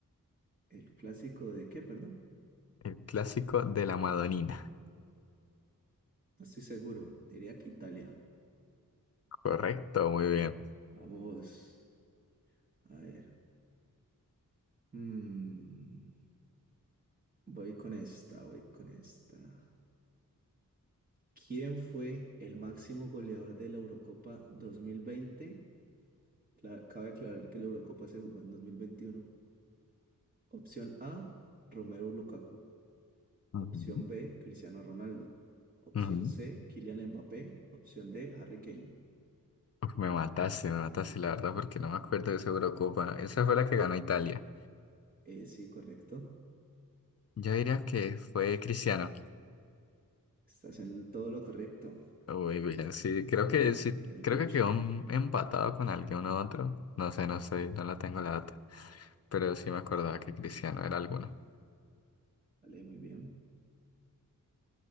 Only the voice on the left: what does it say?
El clásico de la Madonina.
Correcto, muy bien.
Ujú,
ujú.
Uf, me mataste, me mataste, la verdad, porque no me acuerdo de esa Eurocopa. Esa fue la que ganó Italia.
Yo diría que fue Cristiano.
Uy, bien, sí, creo
que sí,
creo
que quedó un- empatado con alguien u otro. No sé, no sé, no la tengo la data. Pero sí me acordaba que Cristiano era alguno.